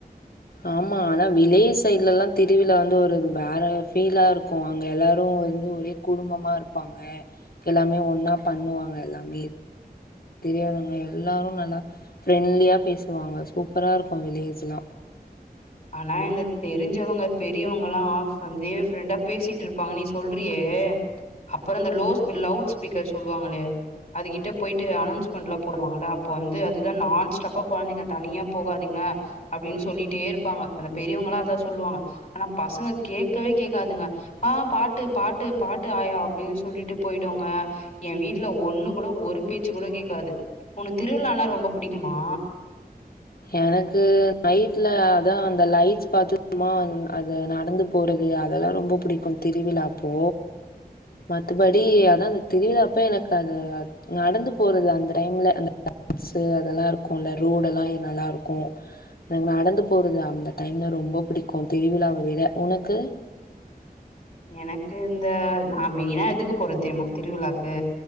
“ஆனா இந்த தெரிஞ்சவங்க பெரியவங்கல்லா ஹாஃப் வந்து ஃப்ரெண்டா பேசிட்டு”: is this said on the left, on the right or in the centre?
Left